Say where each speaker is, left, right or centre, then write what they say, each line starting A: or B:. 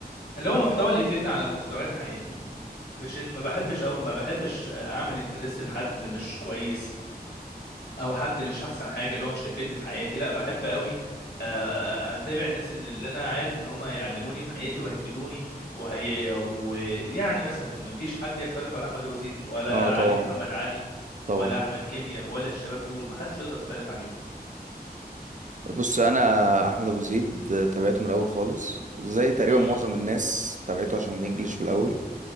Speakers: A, on the left (about 80°); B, on the right (about 50°).
A: اللي هو المحتوى اللي يفيدني على المستويات حياتي مش إن ما بحبش او ما بحبش آه، اعمل انترست لحد مش كويس او حد مش احسن حاجه اللي هو مش هيفيدني في حياتي لا بحب قوي اتابع الناس اللي اللي انا عارف ان هم هيعلموني في حياتي وهيفيدوني وهي ويعني مثلا ما فيش حد يختلف على احمد ابو زيد ولا
B: اه طبعا
A: علي محمد علي
B: طبعا
A: ولا احمد كيمياء ولا الشباب دول ما حدش يقدر يختلف عليهم
B: بص انا احمد ابو زيد آه، تابعته من الاول خالص زي تقريبا
A: مم.
B: معظم الناس تابعته عشان الانجليش في الاول